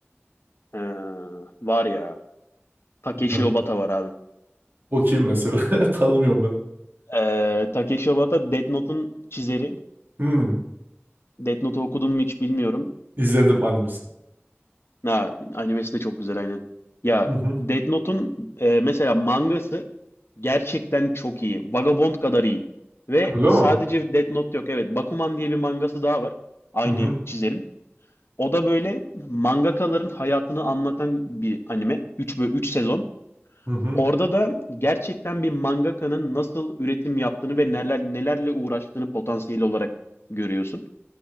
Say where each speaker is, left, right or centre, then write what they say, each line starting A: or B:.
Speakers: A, on the left; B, on the right.
A: Ee, var ya. Takeshi
B: Evet.
A: Obata var abi.
B: O kim mesela? <laughs> Tanımıyorum ben.
A: Ee, Takeshi Obata Death Note'un çizeri.
B: Hmm,
A: Death Note'u okudum mu hiç bilmiyorum.
B: izledim animesini.
A: Ha, animesi de çok güzel aynen. Ya
B: Hı hı.
A: Death Note'un e, mesela mangası gerçekten çok iyi. Vagabond kadar iyi. Ve
B: Öyle
A: sadece
B: mi?
A: Death Note yok. Evet, Bakuman diye bir mangası daha var. Aynı
B: Hı hı.
A: çizerin. O da böyle mangakaların hayatını anlatan bir anime. üç ve 3 sezon.
B: Hı hı.
A: Orada da gerçekten bir mangakanın nasıl üretim yaptığını ve neler nelerle uğraştığını potansiyel olarak görüyorsun.